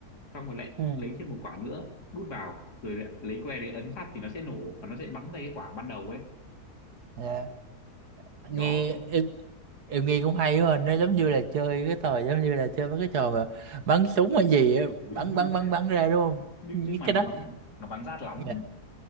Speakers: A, on the left; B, on the right.
A: xong rồi lại
B: ừ.
A: lấy thêm một quả nữa đút vào rồi lại lấy que đấy ấn phát thì nó sẽ nổ và nó sẽ bắn ra cái quả ban đầu ấy
B: dạ
A: đó
B: nghe
A: không
B: em em nghe cũng hay quá à. nó giống như là chơi cái thời giống như là chơi mấy cái trò mà bắn súng hay gì á, bắn
A: <laughs>
B: bắn bắn bắn ra đúng không
A: nhưng
B: những
A: nhưng mà
B: cái
A: nó
B: đó
A: bắn nó bắn rát lắm
B: Dạ.